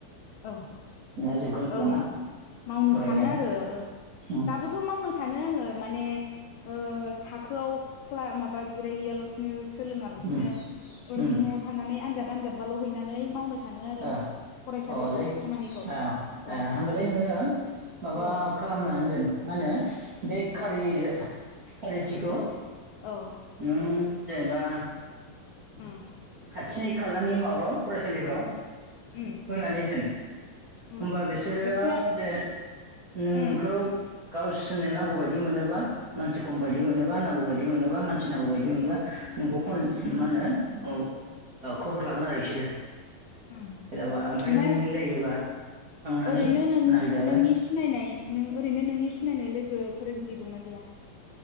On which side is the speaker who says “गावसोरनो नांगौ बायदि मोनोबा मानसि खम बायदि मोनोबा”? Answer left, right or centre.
Right